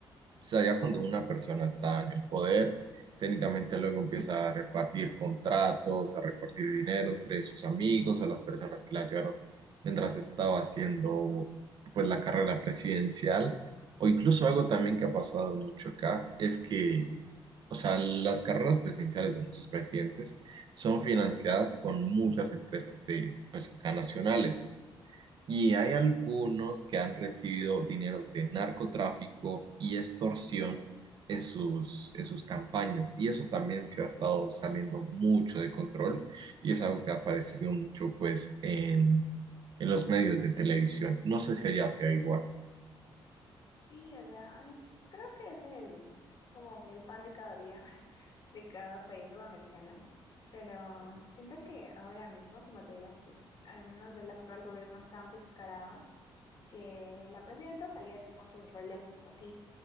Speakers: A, on the right; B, on the left.
A: O sea, ya cuando una persona está en el poder, técnicamente luego empieza a repartir contratos, a repartir dinero entre sus amigos o las personas que la ayudaron mientras estaba haciendo pues la carrera presidencial. O incluso algo también que ha pasado mucho acá es que, o sea, las carreras presidenciales de muchos presidentes son financiadas con muchas empresas de pues acá nacionales. Y hay algunos que han recibido dineros de narcotráfico y extorsión en sus, en sus campañas. Y eso también se ha estado saliendo mucho de control y es algo que ha aparecido mucho pues en, en los medios de televisión. No sé si allá sea igual.
B: Sí, o sea, es, creo que es el, como que el pan de cada día. <laughs> de cada país sudamericano, pero siento que ahora mismo, como te digo, se- al menos el actual gobierno es tan descarado que la presidenta salía así con sus relojes, así,